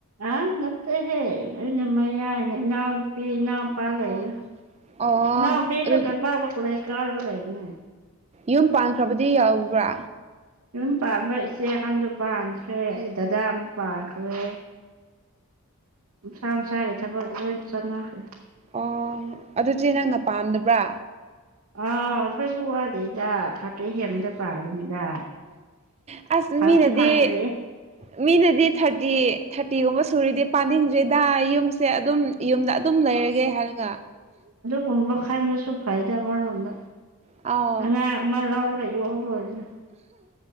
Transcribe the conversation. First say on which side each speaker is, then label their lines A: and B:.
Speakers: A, on the right; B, on the right.
A: ꯑ ꯅꯠꯇꯦꯍꯦ ꯑꯩꯅ ꯃꯌꯥꯏꯅꯦ ꯏꯅꯥꯎ ꯅꯨꯄꯤ ꯏꯅꯥꯎ ꯆꯄꯥ
B: ꯑꯣ
A: ꯂꯩꯔ
B: ꯑꯣ
A: ꯏꯅꯥꯎ ꯄꯤꯁꯨ
B: ꯑꯗꯨ
A: ꯆꯄꯥꯗ ꯀꯨꯂꯦꯁ ꯀꯥꯔꯒ ꯂꯩꯕꯅꯦ
B: ꯌꯨꯝ ꯄꯥꯟꯈ꯭ꯔꯕꯗꯤ ꯌꯥꯎꯕ꯭ꯔꯥ
A: ꯌꯨꯝ ꯄꯥꯟꯕ ꯏꯆꯦꯀꯥꯟꯗ ꯄꯥꯟꯈ꯭ꯔꯦ ꯑꯩ ꯗꯗꯥ ꯑꯃ ꯄꯥꯟꯈ꯭ꯔꯦ ꯃꯁꯥ ꯅꯨꯡꯁꯥꯒꯤ ꯊꯕꯛ ꯂꯣꯏ ꯆꯠꯅꯈ꯭ꯔꯦ
B: ꯑꯣ ꯑꯗꯨꯗꯤ ꯅꯪꯅ ꯄꯥꯝꯗꯕ꯭ꯔꯥ
A: ꯑꯈꯣꯏꯁꯨꯒꯗꯗꯥꯛ ꯊꯥꯔꯇꯦ ꯍꯦꯟꯕꯗ ꯄꯥꯔꯅꯤꯗ
B: ꯑꯁ ꯃꯤꯅꯗꯤ
A: ꯍꯪꯁꯨ ꯐꯪꯗ꯭ꯔꯦ
B: ꯃꯤꯅꯗꯤ ꯊꯥꯔꯇꯤ ꯊꯥꯔꯇꯤꯒꯨꯝꯕ ꯁꯨꯔꯤꯗꯤ ꯄꯥꯅꯤꯡꯗ꯭ꯔꯦꯗ ꯌꯨꯝꯁꯦ ꯑꯗꯨꯝ ꯌꯨꯝꯗ ꯑꯗꯨꯝ ꯂꯩꯔꯒꯦ ꯍꯥꯏꯔꯒ
A: ꯀꯨꯝꯕ ꯈꯟꯕꯁꯨ ꯐꯩꯗ ꯑꯃꯔꯣꯝꯗ
B: ꯑꯥꯎ
A: ꯑꯉꯥꯡ ꯑꯃ ꯂꯧꯔꯒ ꯌꯣꯛꯑꯒ ꯑꯣꯏꯔꯅ